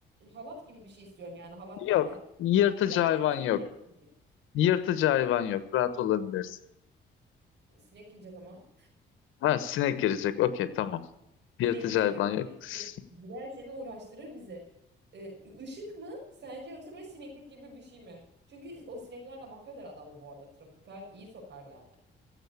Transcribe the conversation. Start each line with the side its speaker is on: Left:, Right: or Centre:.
Right: halat gibi bir şey istiyorum yani halat
Left: Yok.
Right: derken
Left: Yırtıcı
Right: yattığım
Left: hayvan
Right: yere
Left: yok.
Right: giremezsin.
Left: Yırtıcı hayvan yok. Rahat olabilirsin.
Right: Sinek girecek ama.
Left: Ha sinek girecek. Okey tamam. Yırtıcı
Right: Sinektir
Left: hayvan
Right: böcektir
Left: yok. S-
Right: girer seni uğraştırır bizi. Ee, ışık mı sence yoksa böyle sineklik gibi bir şey mi? Çünkü o sinekler de mahveder adamı bu arada. Tropikal iyi sokar yani.